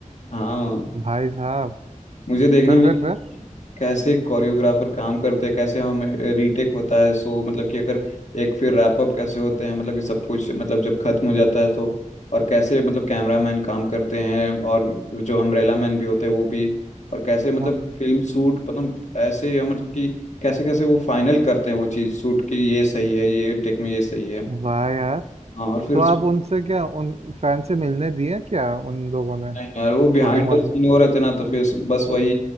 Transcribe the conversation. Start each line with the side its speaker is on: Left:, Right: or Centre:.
Left: हाँ
Right: भाई साहब
Left: मुझे देखने
Right: फिर
Left: में
Right: फिर फिर
Left: कैसे कोरियोग्राफर काम करते हैं कैसे हमें रीटेक होता है सो मतलब कि अगर एक फिर रैप अप कैसे होते हैं मतलब कि सब कुछ मतलब जब खत्म हो जाता है तो और कैसे मतलब कैमरा मैन काम करते हैं और जो अम्ब्रेला मैन भी होते हैं वो भी और कैसे मतलब
Right: हाँ
Left: फिल्म शूट मतलब ऐसे मतलब कि कैसे कैसे वो फाइनल करते हैं वो चीज़ शूट की ये सही है ये टेक में ये सही है
Right: वाह यार
Left: हाँ और फिर
Right: तो आप उनसे क्या उन फैन से मिलने दिए क्या उन लोगों ने
Left: नहीं यार वो बिहाइंड
Right: शूटिंग वालों
Left: द सीन
Right: ने
Left: हो रहे थे ना तो फिर बस वही